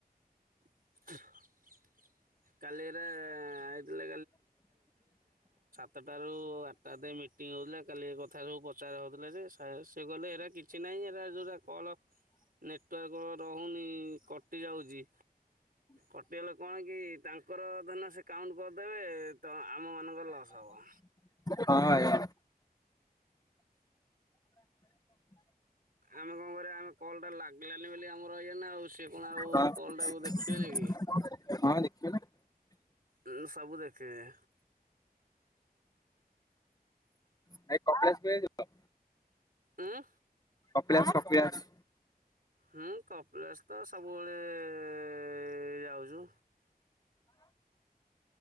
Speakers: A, on the right; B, on the left.
A: <inaudible> କାଲି ଏରା ଆଇଥିଲେ ତଟାରୁ ଆଟଟା ତ ଏଇ ମିଟିଂ ହୋଉଥୁଲା କାଲି ଏ କ ଥା ସବୁ ପଚାରା ହଉଥୁଲା ଯେ ସା ସେ କହିଲେ ଏରା କିଛି ନାହିଁ ଏରା ଯୋଉରା କଲ୍ ନେଟୱାର୍କ ରହୁନି କଟି ଯାଉଚି। କଟିଗଲେ କଣ କି ତାଙ୍କର ଧରନିଅ ସେ କାଉଣ୍ଟ କରଦେବେ ତ ଆମମାନଙ୍କର ଲସ୍ ହବ।
B: ହଁ ଭାଇ।
A: ଆମେ କଁ କରିବା ଆମେ କଲ୍ ଟା ଲାଗିଲାନେଇ ବୋଲି ଆମର ଇଏନା ଆଉ ସିଏ କଣ
B: ହଁ
A: ଆଉ କଲଟାକୁ ଦେଖିବେନି
B: ହଁ
A: କି?
B: ଦେଖିବା।
A: ଉ ସବୁ ଦେଖିବେ।
B: ଭାଇ କପିଳାସ ଯାଇ ଲ?
A: ଉଁ?
B: କପିଳାସ୍ କପିଳାସ୍
A: ହୁଁ କପିଳାସ ତ ସବୁବେଳେ ଯାଉଚୁ।